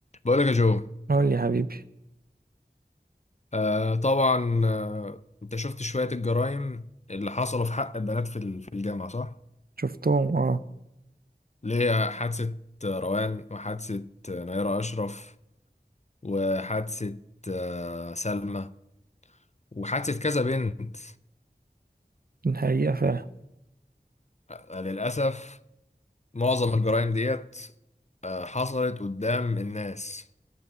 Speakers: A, on the left; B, on the right.
A: بقولك يا جو
B: قول لي يا حبيبي
A: آه طبعا آه انت شفت شوية الجرائم اللي حصلوا في حق البنات في ال- في الجامعة صح؟
B: شفتهم اه
A: اللي هي حادثة آه، روان وحادثة آه، نيرة أشرف وحادثة آه سلمى وحادثة كذا بنت
B: الحقيقة فعلا
A: آه للأسف معظم الجرائم ديت آه حصلت قدام الناس